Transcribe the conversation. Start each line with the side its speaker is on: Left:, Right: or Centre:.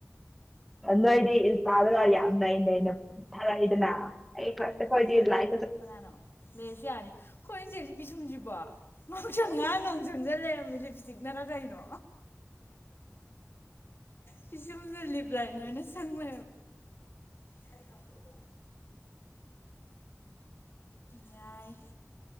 Centre: ꯅꯣꯏꯗꯤ ꯏꯟꯁꯇꯥꯗꯒ ꯌꯥꯝꯅꯩꯅ ꯊꯥꯔꯛꯏꯗꯅ ꯑꯩ
Left: ꯑꯣ
Centre: ꯑꯩꯈꯣꯏꯗꯤ
Left: ꯊꯥꯒꯠꯅꯤ
Centre: ꯂꯥꯏ
Left: ꯀꯅꯥꯅꯣ ꯂꯩꯔꯁꯨꯌꯥꯅꯤ ꯍꯣꯏ ꯏꯟꯆꯦꯁꯤꯄꯤ ꯁꯨꯝꯁꯤꯕꯣ ꯃꯍꯎꯁꯪ ꯉꯥ ꯅꯣꯡ ꯆꯪꯖ ꯂꯩꯔꯝꯃꯤ ꯂꯤꯞ ꯏꯁꯇꯤꯛꯅꯔ ꯀꯩꯅꯣ ꯄꯤꯁꯨꯝꯗ ꯂꯤꯕ ꯂꯩꯥꯏꯅꯅ ꯁꯪꯕ ꯍꯥꯏꯔꯛꯑꯣ ꯌꯥꯏ